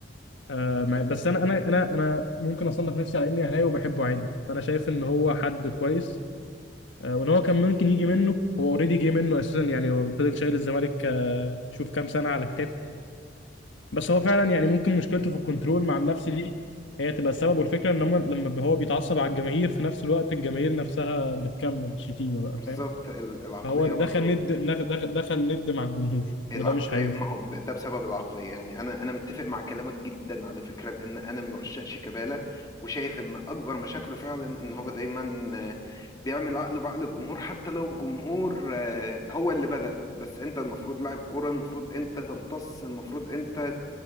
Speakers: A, on the left; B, on the left.
A: آه مع- بس انا انا انا انا ممكن اصنف نفسي على اني اهلاوي وبحبه عادي فانا شايف ان هو حد كويس آه، وان هو كان ممكن يجي منه هو اوريدي جه منه اساسا يعني هو فضل شايل الزمالك آه، شوف كام سنه على كتافه بس هو فعلا يعني ممكن مشكلته في الكنترول مع النفس دي هي تبقى السبب والفكره ان هم لما هو بيتعصب على الجماهير في نفس الوقت الجماهير نفسها بتكمل شتيمه بقى
B: بالظبط
A: فاهم
B: ال- العقلية
A: فهو دخل
B: برضو
A: ند دخل دخل ند مع الجمهور
B: العقلية
A: وده مش هينفع
B: ما هو ب- ده بسبب العقلية يعني أنا أنا متفق مع كلامك جدا على فكرة لأن أنا من عشاق شيكابالا وشايف إن أكبر مشاكله فعلا إن هو دايما آه، بيعمل عقله بعقل الجمهور حتى لو الجمهور آه، هو اللي بدأ بس أنت المفروض لاعب كورة المفروض أنت تمتص المفروض أنت